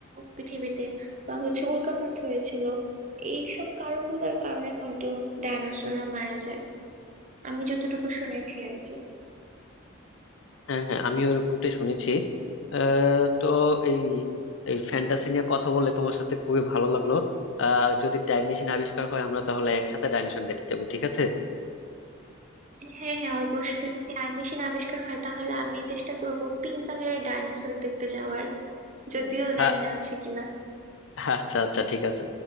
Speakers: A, on the right (about 35°); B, on the left (about 70°).
A: পৃথিবীতে বা হচ্ছে উল্কাপাত হয়েছিল এইসব কারণগুলোর কারণে হয়তো ডাইনোসররা মারা যায় আমি যতটুকু শুনেছি আর কি
B: হ্যাঁ হ্যাঁ আমি ওরকমটাই শুনেছি আহ, তো এই এই ফ্যান্টাসি নিয়ে কথা বলে তোমার সাথে খুবই ভালো লাগলো আহ, যদি টাইম মেশিন আবিষ্কার হয় আমরা তাহলে একসাথে ডাইনোসর দেখতে যাবো ঠিক আছে
A: হ্যাঁ হ্যাঁ অবশ্যই যদি টাইম মেশিন আবিষ্কার হয় তাহলে আমি চেষ্টা করব পিঙ্ক কালারের ডাইনোসর দেখতে যাওয়ার যদিও
B: আ-
A: জানি না আছে কিনা
B: আচ্ছা আচ্ছা ঠিক আছে